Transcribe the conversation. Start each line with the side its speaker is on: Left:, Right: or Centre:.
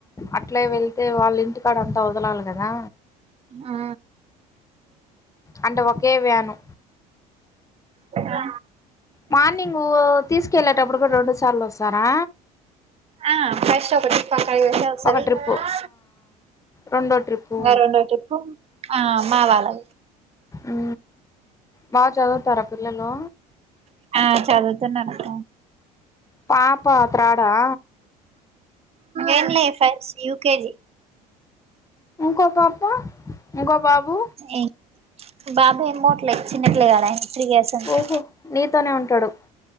Left: అట్లా వెళ్తే వాళ్ళ ఇంటికాడ అంతా వదలాలి కదా
Right: ఆ
Left: అంటే ఒకే వ్యాను
Right: కా
Left: మార్నింగు తీసుకెళ్ళేటప్పుడు కూడా రెండు సార్లు వస్తారా
Right: ఆ ఫస్ట్ ఒకటి ట్రిప్ అక్కడ వస్తే వస్తది
Left: ఒక ట్రిప్పు
Right: ఆ
Left: రెండో ట్రిప్పు
Right: ఇంకా రెండో ట్రిప్పు చెప్పు ఆ మావాళ్లే
Left: ఊ బాగా చదువుతారా పిల్లలు
Right: ఆ చదువుతున్నారు
Left: పాప థర్డ్ ఆ
Right: ఏం లేదు ఫస్ట్ యూకేజీ
Left: ఇంకో పాప ఇంకో బాబు
Right: ఏ బాబు ఏం చదవట్లే చిన్నపిల్లగాడు త్రీ ఇయర్స్ అంతే
Left: ఓహో నీతోనే ఉంటాడు